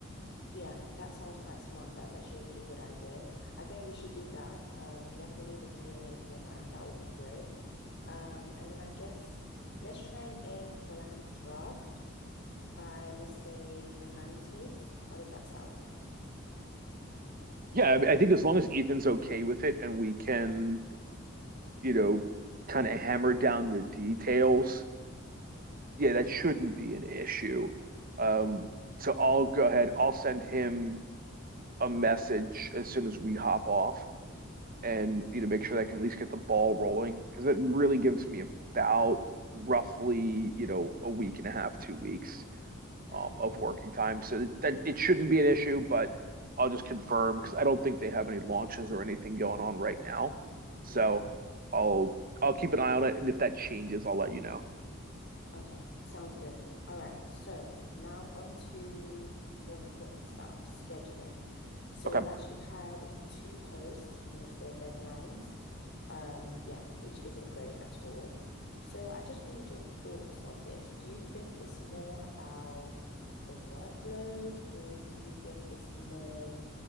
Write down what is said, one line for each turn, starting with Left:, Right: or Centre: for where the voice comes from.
Left: Yeah, that sounds quite smart. That's actually a really good idea. I think we should do that. Um, definitely the Q&A format. That will be great. Um, and then I guess let's try and aim for like a draft by let's say the 19th. How does that sound?
Right: Yeah, I, mean, I think as long as Ethan's okay with it, and we can, you know, kind of hammer down the details yeah, that shouldn't be an issue. Um, so I'll go ahead. I'll send him a message as soon as we hop off, and you know, make sure that I can at least get the ball rolling because it really gives me about roughly you know a week and a half, two weeks
Left: Okay.
Right: um, of working time. So that, that it shouldn't be an issue, but I'll just confirm because I don't think they have any launches or anything going on right now. So
Left: Yeah.
Right: I'll I'll keep an eye on it, and if that changes, I'll let you know.
Left: Okay, sounds good. All right, so now on to more important stuff, scheduling. So
Right: Okay.
Left: we've actually had two posts miss their deadlines. Um, yeah, which isn't great at all. So I just wanted your thoughts on this. Do you think it's more about the workload, or do you think it's more